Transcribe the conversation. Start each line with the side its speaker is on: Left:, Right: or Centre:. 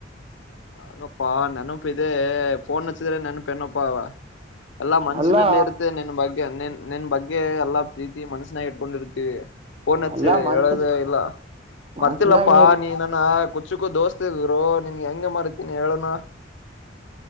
Left: ಯಗಪ್ಪಾ ನೆನಪ ಇದೆ ಫನ್ ನಚ್ಚಿದ್ರ ನೆನಪಣನಪ್ಪಾ ಎಲ್ಲಾ ಮನ್ಸಿನಲ್ಲಿ
Right: ಅಲ್ಲಾ
Left: ಇರುತ್ತೆ ನಿನ್ ಬಗ್ಗೆ ನಿನ್ ನಿನ್ ಬಗ್ಗೆ ಎಲ್ಲಾ ರೀತಿ ಮನಸ್ಸನಾಗ ಇಟ್ಕೊಂಡಿರ್ತೀವಿ ಓನ್ಚ್ಚ
Right: ಅಲ್ಲಾ ಮನ್ಸ
Left: ಹೇಳೋದ ಇಲ್ಲ
Right: ಮನ್ಸನಾಗ
Left: ಮರ್ತಿಲ್ಲಪ್ಪಾ
Right: ನೀರ್
Left: ನೀನಾನ ಕುಚ್ಚುಕ ದೋಸ್ತ ಇದರು ನಿನ್ಗೆ ಹೆಂಗೆ ಮರತೀನಿ ಹೇಳೋಣ